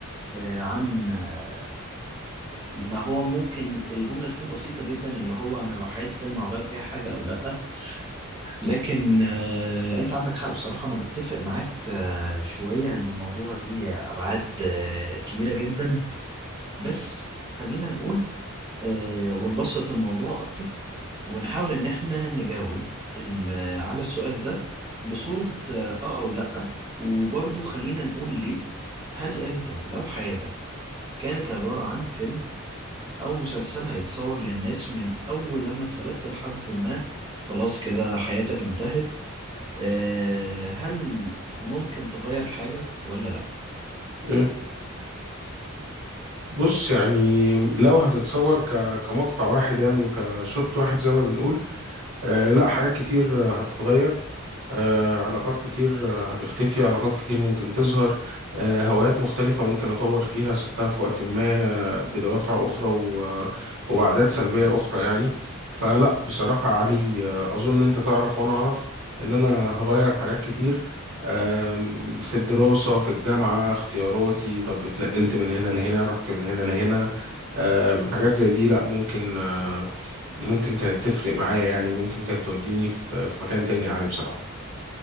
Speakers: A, on the right (about 25°); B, on the right (about 65°).
A: آه، عن آه، ما هو ممكن الجملة تكون بسيطة جدا اللي هو أنا لو حياتي فيلم هغير فيها حاجة أو لأ لكن آه، أنت عندك حق بصراحة أنا بتفق معاك آه، شوية إن الموضوع ليه أبعاد آه، كبيرة جدا بس خلينا نقول آه، ونبسط الموضوع أكتر ونحاول إن إحنا نجاوب ال- على السؤال ده بصورة آه آه أو لأ وبرضه خلينا نقول ليه هل أنت لو حياتك كانت عبارة عن فيلم أو مسلسل هيتصور للناس من أول لما اتولدت لحد ما خلاص كده حياتك انتهت آه هل ممكن تغير حاجة ولا لأ؟
B: مم. بص يعني لو هتتصور ك... كمقطع واحد يعني وكشوت واحد زي ما بنقول آه لا حاجات كتير هتتغير آه، علاقات كتير آه، هتختفي علاقات كتير ممكن تظهر آه، هوايات مختلفة ممكن أطور فيها سبتها في وقت ما آه، بدوافع أخرى و- وبعدات سلبية أخرى يعني فلا بصراحة يا علي آه، أظن أنت تعرف وأنا أعرف إن أنا هغير حاجات كتير آم، في الدراسة في الجامعة اختياراتي طب اتنقلت من هنا لهنا رحت من هنا لهنا آم، حاجات زي دي لا ممكن آه، ممكن كانت تفرق معايا يعني ممكن كانت توديني في في مكان تاني يا علي بصراحة